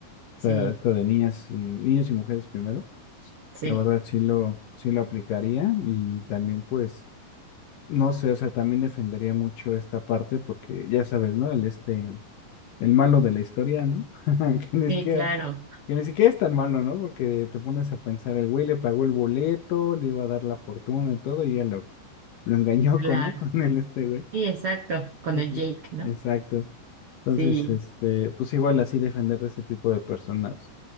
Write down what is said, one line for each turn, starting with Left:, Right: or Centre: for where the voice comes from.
Right: Sí,
Left: sea, esto de niñas y niños y mujeres primero.
Right: sí,
Left: La verdad sí lo, sí lo aplicaría y también pues, no sé, o sea, también defendería mucho esta parte porque ya sabes, ¿no? El este, el malo de la historia, ¿no? <laughs> Que ni
Right: sí,
Left: siquiera,
Right: claro,
Left: que ni siquiera es tan malo, ¿no? Porque te pones a pensar, el güey le pagó el boleto, le iba a dar la fortuna y todo, y ya lo, lo engañó
Right: claro.
Left: con, ¿no? <laughs> Con el este güey.
Right: Sí, exacto, con
Left: Entonces,
Right: el Jake, ¿no?
Left: Exacto. Entonces,
Right: Sí.
Left: este, pues igual así defender de ese tipo de personas